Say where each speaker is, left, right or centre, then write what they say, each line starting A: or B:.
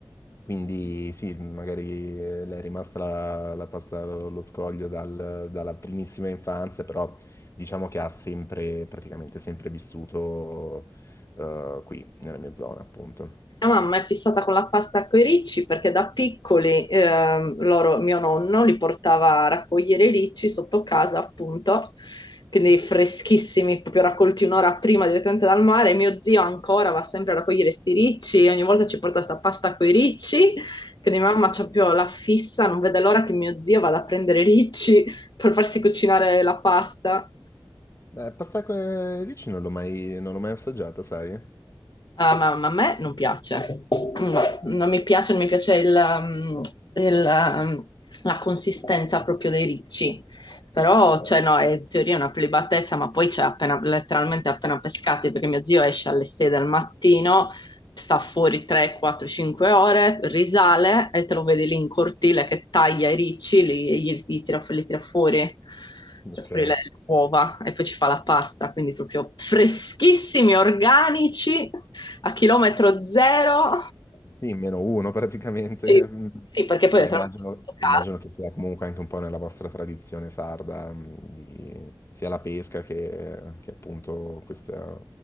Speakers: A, on the left (about 35°); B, on the left (about 60°).
A: Quindi sì, magari eh, le è rimasta la, la pasta allo scoglio dal- dalla primissima infanzia, però diciamo che ha sempre, praticamente sempre vissuto eh, qui, nella mia zona, appunto.
B: Mia mamma è fissata con la pasta coi ricci perché da piccoli ehm, loro, mio nonno li portava a raccogliere i ricci sotto casa, appunto, quindi freschissimi, proprio raccolti un'ora prima direttamente dal mare. Mio zio ancora va sempre a raccogliere sti ricci, ogni volta ci porta sta pasta coi ricci, quindi mamma c'ha proprio la fissa, non vede l'ora che mio zio vada a prendere i ricci <laughs> per farsi cucinare la pasta.
A: Eh, pasta con ricci non l'ho mai, non l'ho mai assaggiata, sai? Eh,
B: Ah, ma, ma a me non piace. No, non mi piace, non mi piace il, um, il, um, la consistenza proprio dei ricci. Però, cioè, no, è in teoria una prelibatezza, ma poi c'è cioè, appena, letteralmente appena pescati, perché mio zio esce alle 6 del mattino, sta fuori 3, 4, 5 ore, risale e te lo vedi lì in cortile che taglia i ricci, li, e gli, gli tira, li tira fuori
A: Ok.
B: cioè fuori le uova e poi ci fa la pasta, quindi proprio freschissimi, organici a chilometro zero.
A: Sì, meno uno praticamente.
B: Sì,
A: Mm.
B: sì, perché poi
A: Dai,
B: le trame
A: immagino,
B: sotto casa.
A: immagino che sia comunque anche un po' nella vostra tradizione sarda, mm, di- sia la pesca che, che appunto questa,